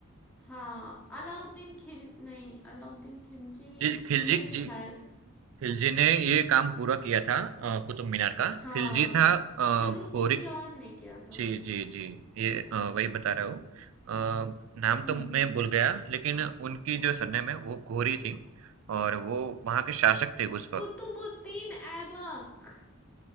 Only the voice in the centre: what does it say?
हाँ अलाउद्दीन खिल नहीं अलाउद्दीन खिलजी
में भी
शायद
हाँ
शुरू
किसी और ने किया था
हम्म
कुतुबुद्दीन ऐबक